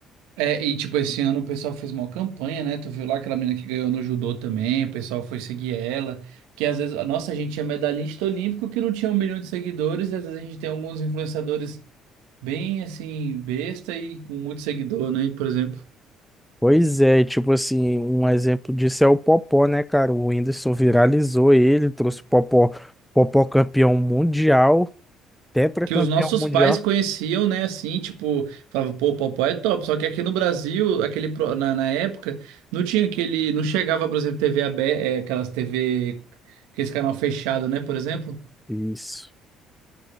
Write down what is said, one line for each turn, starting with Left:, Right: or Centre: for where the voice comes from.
Right: É, e tipo, esse ano o pessoal fez uma campanha, né? Tu viu lá aquela menina que ganhou no judô também, o pessoal foi seguir ela. Que às vezes, nossa, a gente tinha medalhista olímpico que não tinha um milhão de seguidores, e às vezes a gente tem alguns influenciadores bem assim, besta e com muito seguidor, né? Por exemplo.
Centre: Pois é, tipo assim, um exemplo disso é o Popó, né, cara? O Whindersson viralizou ele, trouxe o Popó, Popó campeão mundial, tetracampeão
Right: Que os nossos
Centre: mundial.
Right: pais conheciam, né? Assim, tipo, falavam, pô, o Popó é top. Só que aqui no Brasil, aquele pro- na, na época, não tinha aquele. Não chegava, por exemplo, TV aberta, aquelas TV, aquele canal fechado, né? Por exemplo.
Centre: Isso,